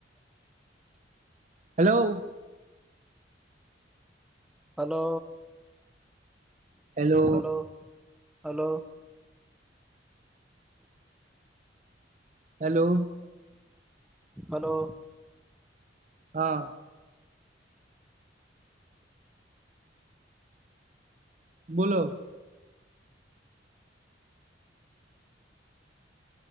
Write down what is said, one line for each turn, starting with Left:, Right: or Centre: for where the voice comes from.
Right: hello
Centre: hello
Right: hello
Centre: hello hello
Right: hello
Centre: hello
Right: हँ बोलो <inaudible>